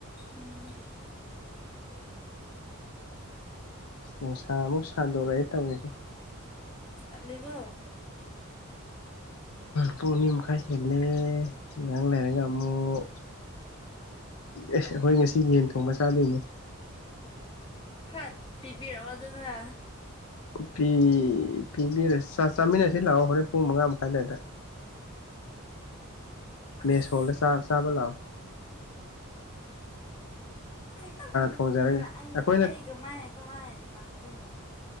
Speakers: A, on the left (about 25°); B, on the left (about 80°).
A: ꯎꯝ
B: ꯅꯨꯡꯁꯥ ꯑꯃꯨꯛ ꯁꯥꯗꯣꯔꯛꯑꯦ ꯇꯧꯔꯤꯁꯦ
A: ꯇꯜꯂꯦꯀꯣ
B: ꯄꯨꯡꯑꯅꯤꯃꯈꯥꯏ ꯍꯦꯟꯅꯦ ꯉꯥꯛ ꯂꯩꯔꯒ ꯑꯃꯨꯛ ꯑꯦꯁ ꯑꯩꯈꯣꯏ ꯉꯁꯤ ꯌꯦꯟ ꯊꯣꯡꯕ ꯆꯥꯗꯣꯏꯅꯦ
A: ꯈꯔ ꯄꯤꯕꯤꯔꯛꯑꯣꯗꯅ
B: ꯄꯤ ꯄꯤꯕꯤꯔ ꯆꯥ ꯆꯥꯃꯤꯟꯅꯁꯤ ꯂꯥꯛꯑꯣ ꯍꯣꯔꯦꯟ ꯄꯨꯡ ꯃꯉꯥ ꯃꯈꯥꯏ ꯑꯗꯥꯏꯗ
A: ꯑꯁ
B: ꯃꯦꯁ ꯍꯣꯜꯗ ꯆꯥ ꯆꯥꯕ ꯂꯥꯛ ꯑꯣ
A: ꯈꯤꯇꯪ ꯑꯣꯏꯁꯨ
B: ꯊꯣꯡꯖꯔꯒ
A: ꯄꯤꯕꯤꯔꯣ ꯑꯩ
B: ꯑꯩꯈꯣꯏꯅ
A: ꯑꯩ ꯀꯃꯥꯏꯅ ꯀꯃꯥꯏ ꯂꯥꯛꯇꯣꯏꯅꯣ